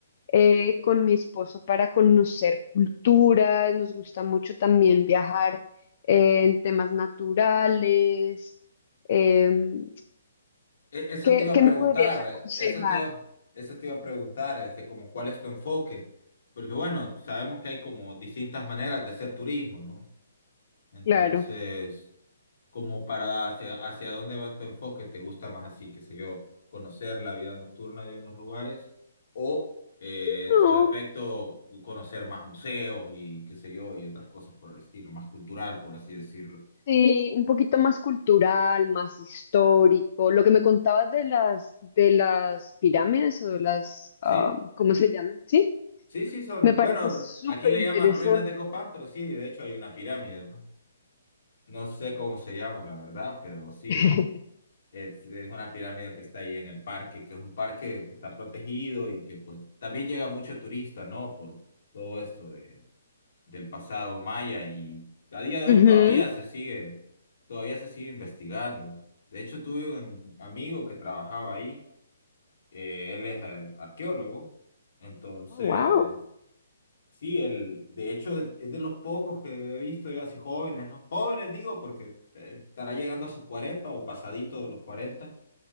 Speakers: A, on the left (about 40°); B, on the left (about 65°).
A: eh, con mi esposo para conocer culturas, nos gusta mucho también viajar eh, en temas naturales. Em,
B: E- Eso
A: ¿qué,
B: te iba a
A: qué
B: preguntar,
A: me podrías aconsejar?
B: eso te iba, eso te iba a preguntar, este, como cuál es tu enfoque, porque bueno, sabemos que hay como distintas maneras de hacer turismo, ¿no? Entonces,
A: Claro.
B: como para hacia, hacia dónde va tu enfoque, ¿te gusta más así, qué sé yo, conocer la vida nocturna de unos lugares o eh,
A: No,
B: en su defecto conocer más museos y qué sé yo, y otras cosas por el estilo, más cultural, por así decirlo?
A: Sí, un poquito más cultural, más histórico. Lo que me contabas de las de las pirámides o de las,
B: Sí,
A: ah, ¿cómo se llaman? Sí,
B: Sí, sí, son,
A: me parece
B: bueno, ru-
A: súper
B: aquí le
A: interesante.
B: llaman ruinas de Copán, pero sí, de hecho hay una pirámide. pues. No sé cómo se llama, la verdad, pero sí,
A: <laughs>
B: en- es, es una pirámide que está ahí en el parque, que es un parque que está protegido y que pues también llega mucho turista, ¿no? Por todo esto de, del pasado maya y a día de hoy
A: Ujú.
B: todavía se sigue, todavía se sigue investigando. De hecho, tuve un amigo que trabajaba ahí, eh, él es el arqueólogo, entonces...
A: Oh, wow.
B: Sí, el, de hecho es de los pocos que he visto yo así jóvenes, ¿no? Jóvenes digo porque eh, estará llegando a sus 40 o pasadito de los cuarenta